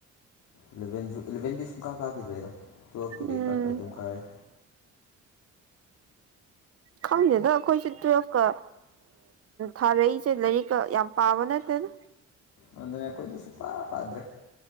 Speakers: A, on the left (about 85°); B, on the right (about 50°).
A: ꯏꯂꯚꯦꯟꯖꯨ ꯏꯂꯚꯦꯟꯖꯨ ꯁꯨꯡ ꯀꯥ ꯀꯥꯈꯤꯗ꯭ꯔꯦꯗ ꯇ ꯇꯗꯤ
B: ꯎꯝ
A: ꯈ ꯑꯗꯨꯝ ꯀꯥꯏꯒꯤ
B: ꯈꯪꯗꯦꯗ ꯑꯩꯈꯣꯏꯁꯦ ꯇꯨꯋꯦꯜꯐꯀ ꯊꯥꯔꯛꯏꯁꯦ ꯂꯥꯏꯔꯤꯛꯀ ꯌꯥꯝ ꯄꯥꯕ ꯅꯠꯇꯦꯅ
A: ꯑꯗꯨꯗꯅ ꯑꯩꯈꯣꯏꯗꯤ ꯁꯨꯡꯄꯥ ꯄꯥꯗ꯭ꯔꯦ